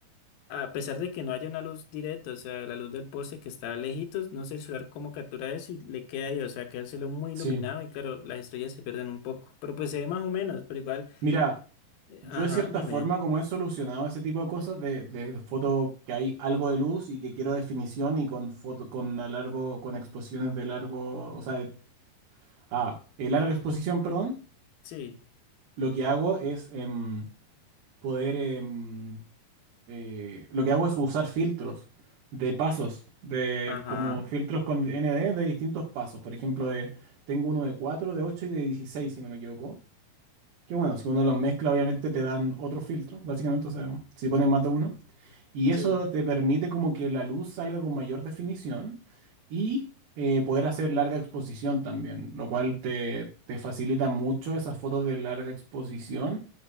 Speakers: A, on the left (about 80°); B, on the right (about 80°).
A: a pesar de que no haya una luz directa, o sea, la luz del poste que está lejitos, no sé el celular cómo captura eso y le queda ahí, o sea, quedárselo muy iluminado
B: sí.
A: y claro, las estrellas se pierden un poco, pero pues se ve más o menos, pero igual,
B: Mira,
A: eh,
B: yo
A: ajá,
B: de cierta
A: dime,
B: forma como he solucionado ese tipo de cosas de, de foto que hay algo de luz y que quiero definición y con foto con a largo con exposiciones de largo, o sea, de ah, de larga exposición, perdón.
A: sí,
B: Lo que hago es em, poder... em, eh, lo que hago es usar filtros de pasos, de
A: ajá,
B: como filtros con ND de distintos pasos. Por ejemplo, de, tengo uno de 4, de 8 y de 16, si no me equivoco. Que bueno, si uno los mezcla, obviamente te dan otro filtro, básicamente. O sea, si pones más de uno. Y
A: sí,
B: eso te permite como que la luz salga con mayor definición y eh, poder hacer larga exposición también, lo cual te, te facilita mucho esas fotos de larga exposición,